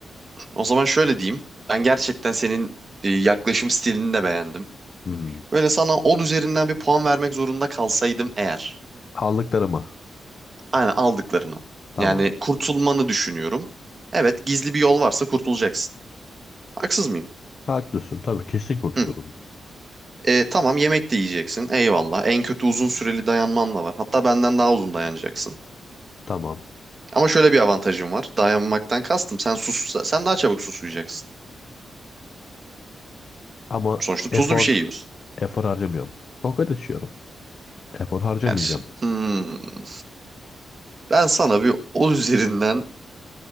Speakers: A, on the right (about 30°); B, on the left (about 45°).
A: O zaman şöyle diyeyim. Ben gerçekten senin e, yaklaşım stilini de beğendim.
B: Hmm.
A: Böyle sana 10 üzerinden bir puan vermek zorunda kalsaydım eğer.
B: Aldıklarıma.
A: Aynen aldıklarını.
B: Tamam.
A: Yani kurtulmanı düşünüyorum. Evet gizli bir yol varsa kurtulacaksın. Haksız mıyım?
B: Haklısın. Tabii kesin kurtulurum.
A: Hı. E, tamam yemek de yiyeceksin. Eyvallah. En kötü uzun süreli dayanman da var. Hatta benden daha uzun dayanacaksın.
B: Tamam.
A: Ama şöyle bir avantajım var. Dayanmaktan kastım. Sen sus, sen daha çabuk susuyacaksın.
B: Ama
A: Sonuçta tuzlu
B: efor
A: bir şey yiyorsun.
B: efor harcamıyorum. Kokoreç yiyorum. Efor harcamayacağım.
A: Yani şi- hmm, ben sana bir 10 üzerinden